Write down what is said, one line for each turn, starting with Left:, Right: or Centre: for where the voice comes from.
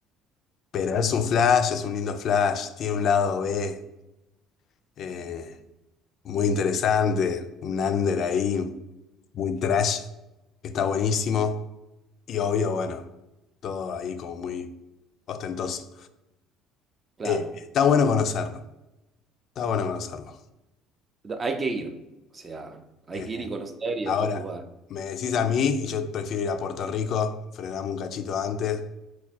Left: pero es un flash, es un lindo flash. Tiene un lado B eh, muy interesante, un under ahí, muy trash, que está buenísimo. Y obvio, bueno, todo ahí como muy ostentoso.
Right: claro.
Left: Eh, está bueno conocerlo, está bueno conocerlo.
Right: Hay que ir. O sea, hay
Left: Eh,
Right: que ir y conocer y
Left: ahora,
Right: después juzgar.
Left: me decís a mí y yo prefiero ir a Puerto Rico, frenamos un cachito antes